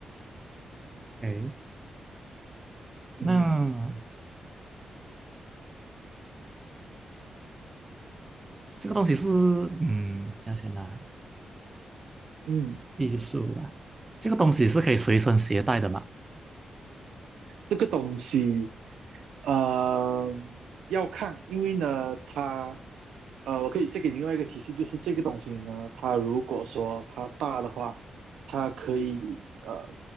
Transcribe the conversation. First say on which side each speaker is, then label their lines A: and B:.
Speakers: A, on the right; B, on the right.
A: 哎，那
B: 嗯
A: 这个东西是，嗯，要先拿
B: 嗯，
A: 艺术啦，这个东西是可以随身携带的嘛？
B: 这个东西呃，要看，因为呢，它，呃，我可以再给你另外一个提示，就是这个东西呢，它如果说它大的话，它可以呃，